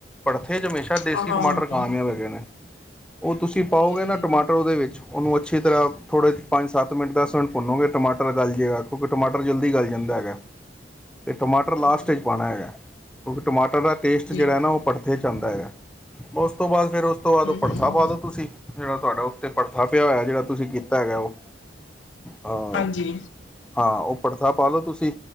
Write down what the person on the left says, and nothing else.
ਹਾਂ ਹਾਂ
ਜੀ
ਜੀ
ਹਾਂਜੀ
ਜੀ
ਹੂੰ
ਹੂੰ
ਹਾਂਜੀ